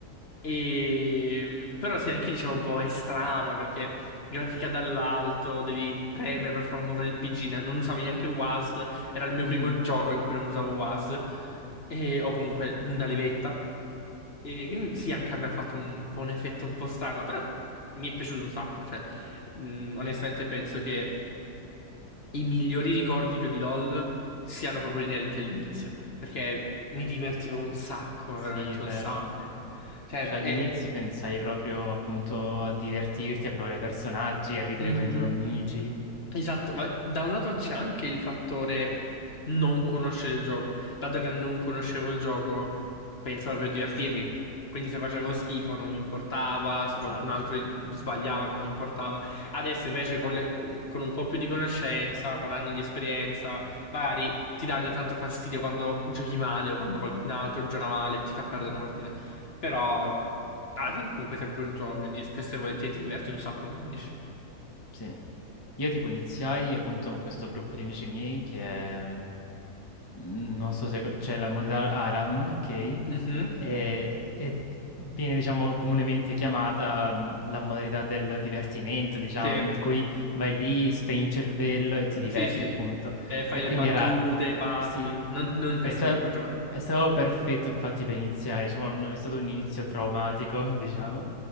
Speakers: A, on the left; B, on the left.
A: E, però sì, anche io dicevo, boh, è strano perché grafica dall'alto, devi premere per far muovere il PG, ne- non usavi neanche WASD, era il mio
B: Mhm.
A: primo gioco in cui non usavo WASD, e, o comunque una levetta. E quindi sì, anche a me ha fatto un po' un effetto un po' strano, però mi è piaciuto un sacco, cioè, mh, onestamente penso che i migliori ricordi che ho di LoL siano proprio inerenti all'inizio, perché mi divertivo un sacco, ma
B: Sì,
A: veramente
B: è vero.
A: un sacco. Cioè,
B: Cioè,
A: è...
B: agli inizi pensai proprio appunto a divertirti, a provare i personaggi, a ridere
A: Mhm.
B: con i tuoi amici.
A: Esatto, ma da un lato c'è anche il fattore non conoscere il gioco. Dato che non conoscevo il gioco, pensavo per divertirmi. Quindi se facevo schifo non mi importava, se
B: Esatto,
A: qualcun altro in- sbagliava non mi importava. Adesso invece con, le- con un po' più di conoscenza, con anni di esperienza, magari ti dà ogni tanto fastidio quando giochi male o quando qualcun altro gioca male e ti fa perdere una partita. Però alla fine è comunque sempre un gioco, quindi spesso e volentieri ti diverti un sacco quando vinci.
B: sì. Io tipo iniziai appunto con questo gruppo di amici miei che non so se que- c'è la moneta Aram, ok? E,
A: Mhm,
B: e viene, diciamo, comunemente chiamata mh, la modalità del divertimento, diciamo,
A: Sì.
B: in cui vai lì, spegni il cervello e ti diverti,
A: Sì, sì.
B: appunto.
A: Eh, fai
B: E quindi
A: le battute,
B: era,
A: parli.
B: sì,
A: Non, non pensi
B: è, sta-
A: troppo a giocare.
B: è stato perfetto, infatti, per iniziare, diciamo, non è stato un inizio traumatico, <laughs> diciamo.